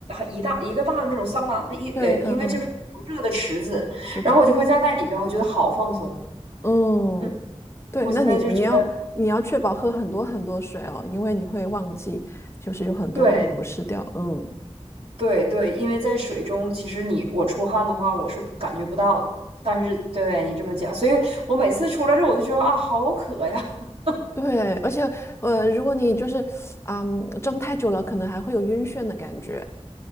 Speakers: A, on the right (about 65°); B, on the left (about 25°).
A: 一大一个大的那种桑拿，的，一呃应该就是那种热的池子，
B: 对，嗯嗯，是的，
A: 然后我就会在那里边，我觉得好放松。
B: 嗯，
A: 嗯，
B: 对，
A: 我现在就觉得。
B: 那你你要你要确保喝很多很多水哦，因为你会忘记，就是有很多会流失掉，
A: 对
B: 嗯，
A: 对对，因为在水中，其实你我出汗的话，我是感觉不到的。但是对你这么讲，所以我每次出来之后，我就说啊，好渴呀。<laughs>
B: 对，而且呃，如果你就是啊、嗯蒸太久了，可能还会有晕眩的感觉，